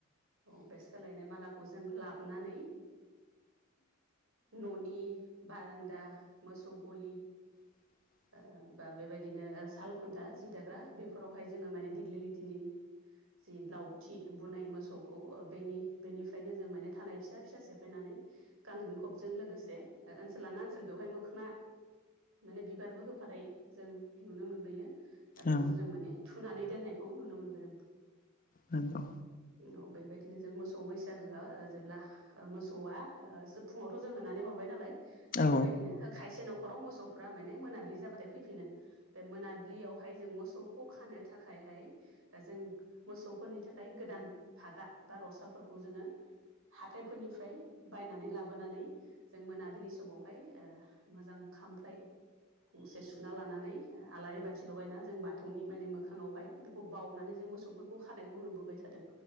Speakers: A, on the right (about 70°); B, on the left (about 40°).
A: औ बे सोलायनाय मालाखौ जों लाबनानै न'नि बारान्दा मोसौ गलि
B: <inaudible>
A: ओ बा बेबायदिनो साल खुन्था जि दाग्रा बेफोरावहाय जोङो माने दिग्लिलिटिनि जि लाउथि थि बुनाय मोसौखौ बेनि बेनिफ्रायनो जों माने थानाय फिसा फिसा सेफायनानै गांग्रिं खबजों लोगोसे ओनसोल ना ओनसोल बेवहाय मोखना माने बिबारबो होफानाय जों नुनो मोनबोयो। बेखौ
B: औ
A: जों माने थुनानै दोननायखौ नुनो मोनबोदों।
B: नंगौ।
A: औ बेबायदिनो जों मोसौ बैसागोआ जेब्ला ओ मोसौआ फुङावथ' जों होनानै हरबाय नालाय
B: औ
A: बेबायदिनो खायसे न'खराव मोसौ फ्रा माने मोनाबिलि जाबाथाय फैफिनो। बे मोनाबिलियावहाय जों मोसौखौ खानो थाखायहाय जों मोसौफोरनि थाखाय फ्राय गोदान फागा बा रसाफोरखौ जोङो हाथायफोरनिफ्राय बायनानै लाबोनानै जों मोनाबिलि समावहाय ओ मोजां खामफ्लाय गंसे सुना लानानै ओ आलारि बाथि लगायना जों बाथौनि माने मोखाङावहाय बेखौ बावनानै जों मोसौफोरखौ खानायखौ नुबोबाय थादों।